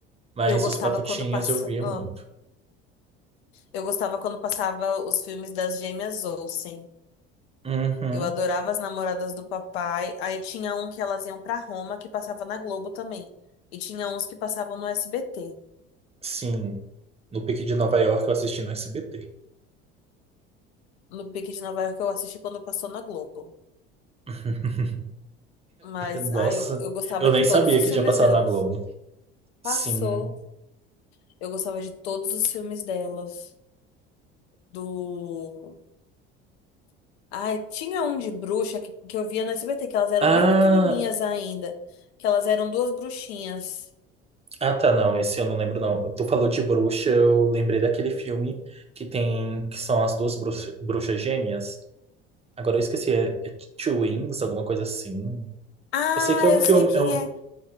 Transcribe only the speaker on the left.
Eu gostava
quando passa...
ah,
eu gostava quando passava os filmes das gêmeas Olsen.
Eu adorava as namoradas do papai. Aí tinha um que elas iam pra Roma, que passava na Globo também. E tinha uns que passavam no SBT.
No Pique de Nova York eu assisti quando passou na Globo.
Mas,
ai, eu, eu gostava
de
todos
os
filmes
delas.
Passou.
Eu gostava de todos os filmes delas. Do. Ai, tinha um de bruxa que, que eu via no SBT, que elas eram
bem pequenininhas ainda. Que elas eram duas bruxinhas.
Ah,
eu
sei quem
é.